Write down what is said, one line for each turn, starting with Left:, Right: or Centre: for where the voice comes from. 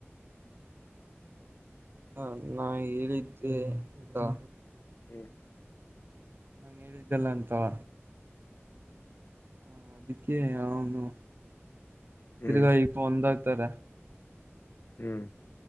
Right: ಹ ನಾ ಹೇಳಿದ್ದೆಂದಾ
Left: ಹ
Right: ನಾು ಹೇಳಿದ್ದಲ್ಲ ಅಂತವ ಹ ಅದಕ್ಕೆ ಅವನು
Left: ಹ್ಮ್
Right: ತಿರ್ಗಾಾಯಿ ಇಪ್ಪ ಒಂದಾಗಗ್ತಾರ
Left: ಹ್ಮ್